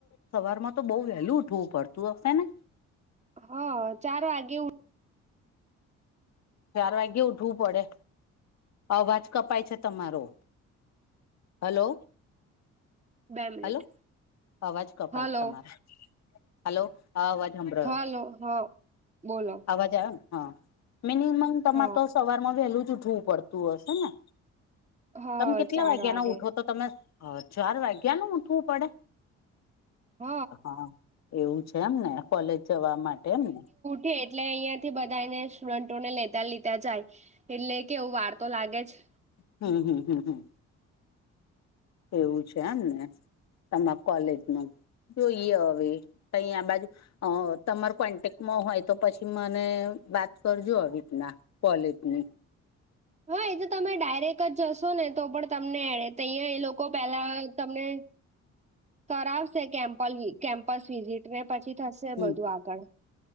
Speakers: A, on the left (about 60°); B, on the right (about 25°).
A: સવારમાં તો બહુ વેલ્યુ ઉઠવું પડતું હશે ને?
B: હ ચાર વાગે
A: ચાર વાગ્યે ઉઠવું પડે? અવાજ કપાય છે તમારો. હાલો,
B: બે મિનિટ.
A: હાલો, અવાજ કપાય
B: હલો
A: તમારો. હાલો, હા અવાજ સંભળાયો
B: હાલો, હા બોલો.
A: અવાજ આવે ને? હા, મિનિમમ તમારે
B: હ
A: તો સવાર માં વહેલું જ ઉઠવું પડ તું હશે ને,
B: હ
A: તમે કેટલા
B: ચાર
A: વાગ્યા
B: વાગે
A: ના ઉઠો? તો તમે ચાર વાગ્યાનું ઉઠવું પડે?
B: હ
A: હા. એવું છે એમ ને કોલેજ જવા માટે એમ ને.
B: છે એટલે અહિયાં થી બધાયને સ્ટુડન્ટ ને લેતા લીતા જાય એટલે કે એવું વાર તો લાગે જ.
A: હમ્મ, હમ્મ, હમ્મ, હમ્મ. એવું છે આમ ને તમાર કોલેજ ને જોઈએ હવે. અહીં આ બાજુ અ તમાર કોન્ટેક્ટમાં હોય તો પછી મને બાત કરજો આવી રીતના. કોલેજની.
B: હા એ તો તમે ડાયરેક્ટ જ જશો ને તો પણ તમને એડે અહીં એ લોકો પેલા તમને કરાવશે કેમ્પ કેમ્પસ વિઝિટ ને પછી થશે
A: હમ
B: બધું આગળ.